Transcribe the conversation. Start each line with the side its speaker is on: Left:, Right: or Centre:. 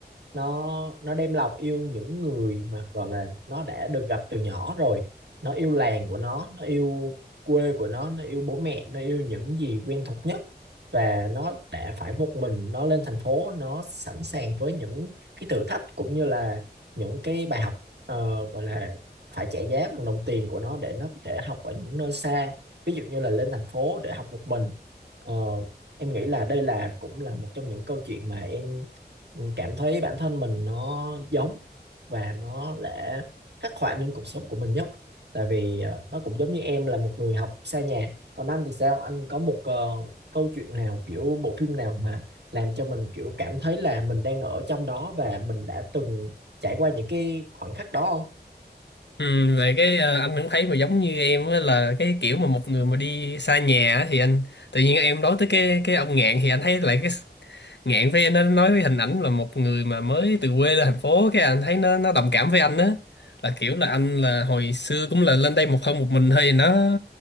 Right: nó nó đem lòng yêu những người mà gọi là nó đã được gặp từ nhỏ rồi nó yêu làng của nó nó yêu quê của nó nó yêu bố mẹ nó yêu những gì quen thuộc nhất và nó đã phải một mình nó lên thành phố nó sẵn sàng với những cái thử thách cũng như là những cái bài học ờ, gọi là phải trả giá bằng đồng tiền của nó để nó có thể học ở những nơi xa ví dụ như là lên thành phố để học một mình Ờ, em nghĩ là đây là cũng là một trong những câu chuyện mà em ừ, cảm thấy bản thân mình nó giống và nó đã khắc họa nên cuộc sống của mình nhất tại vì ờ, nó cũng giống như em là một người học xa nhà còn anh thì sao anh có một ờ, câu chuyện nào kiểu bộ phim nào mà làm cho mình kiểu cảm thấy là mình đang ở trong đó và mình đã từng trải qua những cái khoảnh khắc đó không
Left: Ừ, về cái ờ, anh cũng thấy mà giống như em á, là cái kiểu mà một người mà đi xa nhà á, thì anh tự nhiên em nói tới cái cái ông Ngạn thì anh thấy lại cái Ngạn với nó nói cái hình ảnh là một người mà mới từ quê lên thành phố cái anh thấy nó nó đồng cảm với anh á là kiểu là anh là hồi xưa cũng là lên đây một thân một mình thôi nó